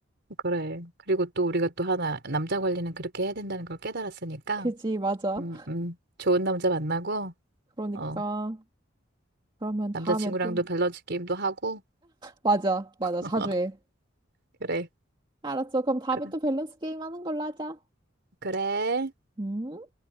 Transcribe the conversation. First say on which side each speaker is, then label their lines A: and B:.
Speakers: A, on the right; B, on the right.
A: 그래. 그리고 또 우리가 또 하나, 남자 관리는 그렇게 해야 된다는 걸 깨달았으니까,
B: 그지, 맞아.
A: 음, 음. 좋은 남자 만나고,
B: 그러니까.
A: 어,
B: 그러면
A: 남자친구랑도
B: 다음에 또.
A: 밸런스 게임도 하고,
B: 맞아, 맞아.
A: <laughs>
B: 자주 해.
A: 그래.
B: 알았어. 그럼 다음에
A: 그래.
B: 또 밸런스 게임 하는 걸로 하자.
A: 그래.
B: 음.